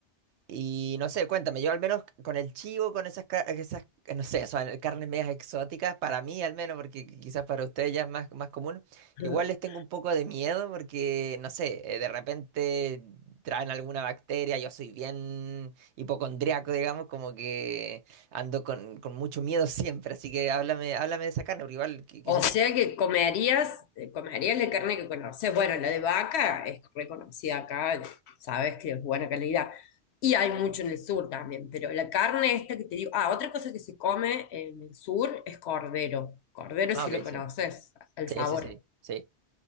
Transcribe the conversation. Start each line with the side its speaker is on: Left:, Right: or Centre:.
Right: Y no sé, cuéntame, yo al menos con el chivo, con esas, ca- esas no sé, son carnes medias exóticas, para mí al menos, porque quizás para ustedes ya es más, más común,
Left: <laughs>
Right: igual les tengo un poco de miedo porque, no sé, eh, de repente traen alguna bacteria, yo soy bien hipocondriaco, digamos, como que ando con, con mucho miedo <laughs> siempre, así que háblame, háblame de esa carne, porque igual qui- quisiera...
Left: O sea
Right: probar.
Left: que comerías, eh, comerías la carne que conoces. Bueno, la de vaca es reconocida acá, sabes que es buena calidad. Y hay mucho en el sur también, pero la carne esta que te digo, ah, otra cosa que se come en el sur es cordero. Cordero
Right: Ah,
Left: si
Right: ok,
Left: lo conoces,
Right: sí,
Left: el
Right: sí,
Left: sabor.
Right: sí, sí, sí,